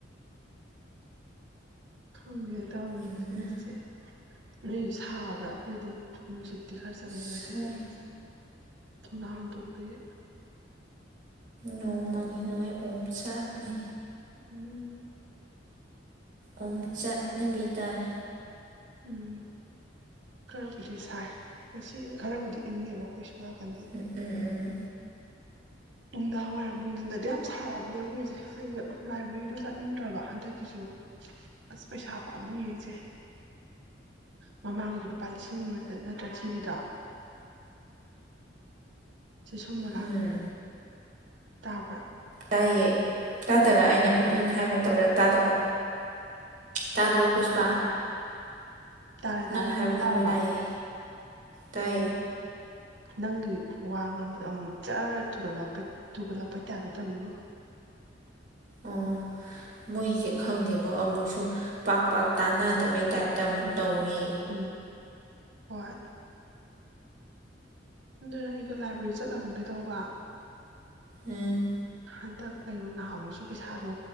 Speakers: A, on the right; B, on the right.
A: <unintelligible> ꯇꯁꯦ
B: ꯏꯪꯅ
A: <unintelligible> ꯅꯣꯏꯁꯨ ꯁꯥꯕ꯭ꯔꯥ ꯑꯩꯈꯣꯏꯗꯤ ꯅꯨꯡꯁꯤꯠꯇꯤ ꯈꯔ ꯆꯠ ꯆꯪꯉꯦ ꯉꯁꯤꯗꯤ
B: ꯁꯥꯏ
A: ꯊꯣꯡꯅꯥꯎ ꯍꯥꯡꯗꯣꯛꯄꯒꯤ
B: ꯅꯣꯡꯃꯥꯡꯉꯤꯗꯨ ꯉꯥꯏ ꯑꯣꯝ ꯆꯥꯛꯅꯤ
A: ꯎꯝ
B: ꯑꯣꯝꯆꯠꯅꯕꯤ ꯇꯥꯔꯦ
A: ꯎꯝ ꯈꯔꯕꯨꯗꯤ ꯁꯥꯏ ꯃꯁꯤ ꯈꯔꯕꯨꯗꯤ ꯏꯪꯉꯦꯕ ꯑꯩꯈꯣꯏꯁꯨ ꯉ ꯀꯟꯖꯦ
B: ꯎꯝ ꯎꯝ ꯎꯝ
A: ꯅꯨꯡꯗꯥꯡ ꯋꯥꯏꯔꯝ ꯅꯨꯡꯊꯤꯟꯗꯗꯤ ꯌꯥꯝ ꯁꯥꯔꯛꯑꯕꯅꯦ ꯑꯩꯈꯣꯏꯁꯦ ꯑꯩꯁ ꯂꯥꯏꯕ꯭ꯔꯦꯔꯤꯗꯣ ꯆꯠꯅꯤꯡꯗ꯭ꯔꯕ ꯍꯟꯗꯛꯀꯤꯁꯨ ꯑꯁ ꯄꯩꯁꯥ ꯄꯝꯃꯨꯏ ꯏꯆꯦ ꯃꯃꯥꯡꯒꯤꯗ ꯂꯨꯄꯥ ꯂꯤꯁꯤꯡ ꯑꯃ ꯅꯠꯇ꯭ꯔꯥ ꯊꯤꯔꯤꯗꯣ ꯆꯦ ꯁꯃꯣꯂꯥ
B: ꯎꯝ
A: ꯇꯥꯕ꯭ꯔ
B: ꯇꯥꯏꯌꯦ ꯇꯥꯗꯔ ꯑꯩꯅ ꯎꯝ ꯎꯝ ꯍꯥꯏꯕ ꯇꯧꯔꯛ ꯇꯥꯗꯕ ꯇꯥꯗ꯭ꯔꯣ
A: ꯑꯣ
B: ꯄꯨꯁꯄꯥ
A: ꯇꯥꯔꯦ ꯇꯥꯔꯦ ꯇꯥꯔꯦ
B: ꯅꯪ
A: ꯇꯥꯔꯦ
B: ꯍꯥꯏꯕꯗꯤ
A: ꯇꯥꯔꯕ
B: ꯂꯣꯏ ꯇꯥꯏꯌꯦ ꯇꯥꯏ
A: ꯑꯣ ꯅꯪꯒꯤ ꯋꯥ ꯉꯥꯡꯕꯗ ꯑꯃꯨꯛ ꯃꯨꯛ ꯖꯔ ꯊꯨꯒꯠꯋꯥꯄꯠ ꯊꯨꯒꯠꯂꯛꯄꯩ ꯇꯥꯏꯞꯇ ꯇꯧꯋꯤꯕꯨ
B: ꯑꯣ ꯃꯣꯏꯁꯦ ꯈꯪꯗꯦꯕꯣ ꯑꯃꯨꯛꯁꯨ ꯄꯥꯛ ꯄꯥꯛ ꯇꯥꯅꯗꯕꯩ ꯇꯥꯏꯞꯇ ꯑꯃꯨꯛ ꯇꯧꯏ
A: ꯎꯝ ꯍꯣꯏ ꯑꯗꯨꯅ ꯑꯩꯗꯣ ꯂꯥꯏꯕ꯭ꯔꯦꯔꯤ ꯆꯠꯂꯒꯨꯝꯒꯩ ꯇꯧꯕ
B: ꯑꯝ
A: ꯍꯟꯗꯛ ꯀꯩꯅꯣ ꯅꯍꯥꯃꯨꯛꯁꯨ ꯄꯩꯁꯥꯗꯣ